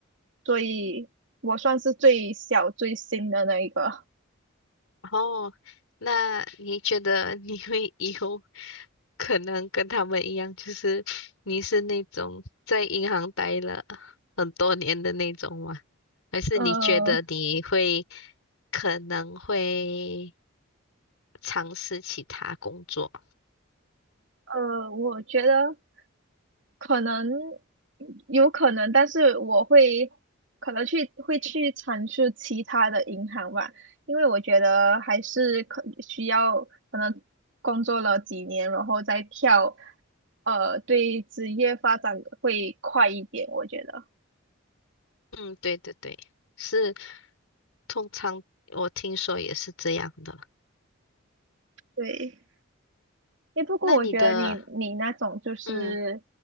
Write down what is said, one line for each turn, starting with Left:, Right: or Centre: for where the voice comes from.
Right: 所以我算是最小最新的那一个。
Left: 哦，那你觉得你会以后？可能跟他们一样，就是你是那种在银行待了很多年的那种吗？还是你觉得你会
Right: 呃
Left: 可能会尝试其他工作？
Right: 呃，我觉得可能有可能，但是我会可能去会去尝试其他的银行吧，因为我觉得还是可需要可能工作了几年，然后再跳，呃，对职业发展会快一点，我觉得，
Left: 嗯，对对对，是，通常我听说也是这样的。
Right: 对。诶，不过我觉得你你那种就是，
Left: 那你的，嗯，